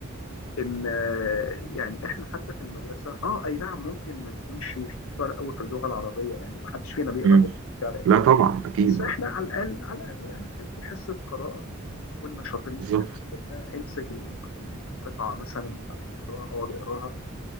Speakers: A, on the left (about 80°); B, on the right (about 80°).
A: ان آه، يعني احنا حتى في المدرسه اه اي نعم ممكن ما نكونش شطار قوي في اللغه العربيه يعني ما حدش فينا بيقرا
B: مم.
A: الشعر اكيد
B: لا طبعا اكيد
A: بس احنا
B: اه
A: على الاقل على الاقل يعني كان في حصه قراءه كنا شاطرين
B: بالظبط
A: فيها آه، امسك الق- القطعه مثلا بتاعت القراءه اقعد اقراها